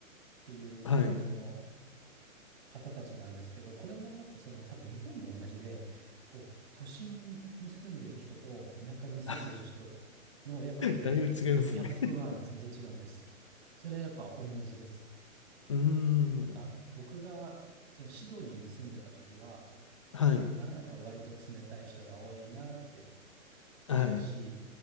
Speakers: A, on the right; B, on the left.
A: っていう感じの
B: はい。
A: 方たちなんですけど、これもやっぱその多分日本も同じで、こう都心に住んでる人と田舎に住んでる人のやっぱそのギャップは全然違うんです。
B: <laughs> だいぶ違いますね <laughs>
A: それはやっぱ同じです。
B: うーん。
A: なんか僕がそのシドニーに住んでた時は、
B: はい。
A: あ、なんか割と冷たい人が多いなって思うし、
B: はい。